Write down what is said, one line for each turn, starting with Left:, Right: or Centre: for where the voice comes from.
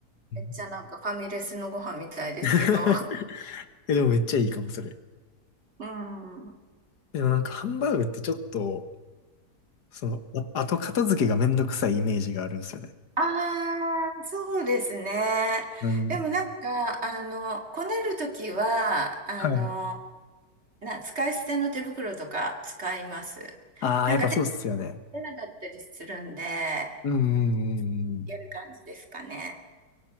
Right: めっちゃなんかファミレスのご飯みたいですけど。
Left: んうん。<laughs>
Right: <laughs>
Left: え、でもめっちゃいいかも、それ。
Right: うん。
Left: でもなんかハンバーグってちょっと、その、あ後片付けがめんどくさいイメージがあるんですよね。
Right: ああ、そうですね。
Left: うん。
Right: でもなんか、あの、こねるときは、あの、
Left: はい。
Right: な、使い捨ての手袋とか使います。
Left: ああ、
Right: なんか手が
Left: やっぱそうっすよね。
Right: 出なかったりするんで、や
Left: うんうんうんうん。
Right: る感じですかね。